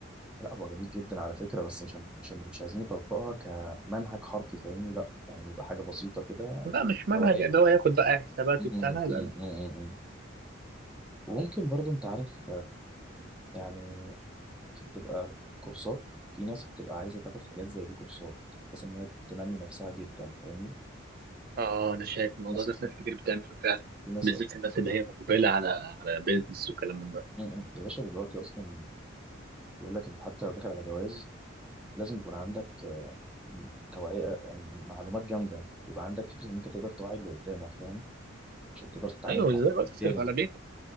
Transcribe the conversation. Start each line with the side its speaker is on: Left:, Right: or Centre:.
Centre: لا هو جميل جدا على فكره بس مش هن- مش هن- مش عايزين نطبقها كمنهج حرفي فاهمني لا يعني يبقى حاجه بسيطه كده
Right: لا مش منهج
Centre: دوريه
Right: اللي هو ياخد بقى حسابات
Centre: امم،
Right: وبتاع لا لا
Centre: امم،
Right: لا
Centre: امم، امم. وممكن برضو انت عارف يعني دي بتبقى كورسات في ناس بتبقى عايزه تاخد حاجات زي دي كورسات بحيث ان هي تنمي نفسها جدا فاهمني
Right: اه انا شايف الموضوع
Centre: الناس
Right: ده
Centre: اصلا
Right: في ناس كتير بتعمله فعلا
Centre: في ناس
Right: بالذات
Centre: اصلا
Right: الناس اللي هي مقبله على على بيزنس وكلام من ده
Centre: يا باشا دلوقتي اصلا بيقول لك انت حتى لو داخل على جواز لازم يكون عندك آه، توعيه يعني معلومات جامده يبقى عندك فكره ان انت تقدر توعي اللي قدامك فاهم عشان تقدر تتعامل
Right: ايوه
Centre: مع
Right: ازاي
Centre: الطرف
Right: بقى تصرف
Centre: التاني
Right: على بيتك